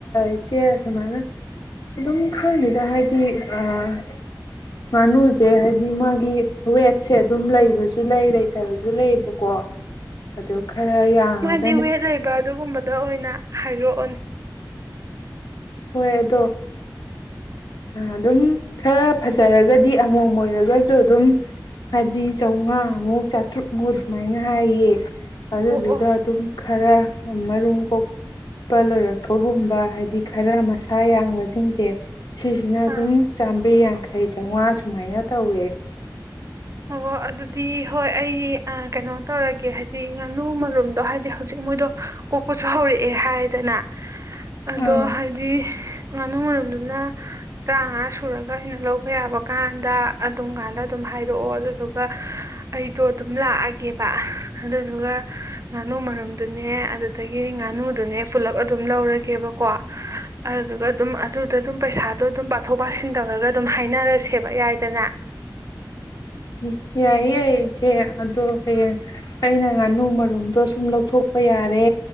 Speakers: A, on the left (about 65°); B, on the right (about 40°).
A: ꯏꯆꯦ ꯁꯨꯃꯥꯏꯅ ꯑꯗꯨꯝ ꯈꯪꯗꯦꯗ ꯍꯥꯏꯗꯤ ꯑꯥ ꯉꯥꯅꯨꯁꯦ ꯍꯥꯏꯕꯗꯤ ꯃꯥꯒꯤ ꯔꯦꯠꯁꯦ ꯑꯗꯨꯝ ꯂꯩꯕꯁꯨ ꯂꯩ ꯂꯩꯇꯕꯁꯨ ꯂꯩꯕꯀꯣ ꯑꯗꯨ ꯈꯔ ꯌꯥꯡꯉ
B: ꯗꯤ ꯋꯦꯠ ꯂꯩꯕ ꯑꯗꯨꯒꯨꯝꯕꯗ ꯑꯣꯏꯅ ꯍꯥꯏꯔꯛꯑꯣꯅꯦ
A: ꯍꯣꯏ ꯑꯗꯣ ꯑꯗꯨꯝ ꯈꯔ ꯐꯖꯔꯒꯗꯤ ꯑꯃꯣꯝ ꯑꯣꯏꯔꯒꯁꯨ ꯑꯗꯨꯝ ꯍꯥꯏꯗꯤ ꯆꯥꯎꯉꯥꯃꯨꯛ ꯆꯥꯇ꯭ꯔꯨꯛꯃꯨꯛ ꯑꯗꯨꯃꯥꯏꯅ ꯍꯥꯏꯌꯦ ꯑꯗꯨꯗꯨꯒ
B: ꯑꯣ ꯑꯣ
A: ꯑꯗꯨꯝ ꯈꯔ ꯃꯔꯨꯝ ꯀꯣꯛ ꯄ ꯂꯣꯏꯔꯛꯄꯒꯨꯝꯕ ꯍꯥꯏꯗꯤ ꯈꯔ ꯃꯁꯥ ꯌꯥꯡꯕꯁꯤꯡꯁꯦ ꯁꯤꯁꯤꯅ ꯑꯗꯨꯝ
B: ꯑꯥ
A: ꯆꯥꯝꯃ꯭ꯔꯤ ꯌꯥꯡꯈꯩ ꯆꯥꯎꯉꯥ ꯁꯨꯃꯥꯏꯅ ꯇꯧꯋꯦ
B: ꯑꯣ ꯑꯗꯨꯗꯤ ꯍꯣꯏ ꯑꯩ ꯑꯥ ꯀꯩꯅꯣ ꯇꯧꯔꯒꯦ ꯍꯥꯏꯗꯤ ꯉꯥꯅꯨ ꯃꯔꯨꯝꯗꯣ ꯍꯥꯏꯗꯤ ꯍꯧꯖꯤꯛ ꯃꯣꯏꯗꯣ ꯀꯣꯛꯄꯁꯨ ꯍꯧꯔꯛꯑꯦ ꯍꯥꯏꯗꯅ ꯑꯗꯣ
A: ꯑꯥ
B: ꯍꯥꯏꯗꯤ ꯉꯥꯅꯨ ꯃꯔꯨꯝꯗꯨꯅ ꯇꯔꯥꯉꯥ ꯁꯨꯔꯒ ꯑꯩꯅ ꯂꯧꯕ ꯌꯥꯕ ꯀꯥꯟꯗ ꯑꯗꯨꯝ ꯀꯥꯟꯗ ꯑꯗꯨꯝ ꯍꯥꯏ ꯔꯛꯑꯣ ꯑꯗꯨꯗꯨꯒ ꯑꯩꯗꯣ ꯑꯗꯨꯝ ꯂꯥꯛꯑꯒꯦꯕ ꯑꯗꯨꯗꯨꯒ ꯉꯥꯅꯨ ꯃꯔꯨꯝꯗꯨꯅꯦ ꯑꯗꯨꯗꯒꯤ ꯉꯥꯅꯨꯗꯨꯅꯦ ꯄꯨꯂꯞ ꯑꯗꯨꯝ ꯂꯧꯔꯒꯦꯕꯀꯣ ꯑꯗꯨꯗꯨꯒ ꯑꯗꯨꯝ ꯑꯗꯨꯗꯨ ꯑꯗꯨꯝ ꯄꯩꯁꯥꯗꯣ ꯑꯗꯨꯝ ꯄꯥꯊꯣꯛ ꯄꯥꯁꯤꯟ ꯇꯧꯔꯒ ꯑꯗꯨꯝ ꯍꯥꯏꯅꯔꯁꯦꯕ ꯌꯥꯏꯗꯅ
A: ꯎꯝ ꯌꯥꯏꯌꯦ ꯌꯥꯏꯌꯦ ꯏꯆꯦ ꯑꯗꯣ ꯍꯌꯦꯡ ꯑꯩꯅ ꯉꯥꯅꯨ ꯃꯔꯨꯝꯗꯣ ꯁꯨꯝ ꯂꯧꯊꯣꯛꯄ ꯌꯥꯔꯦ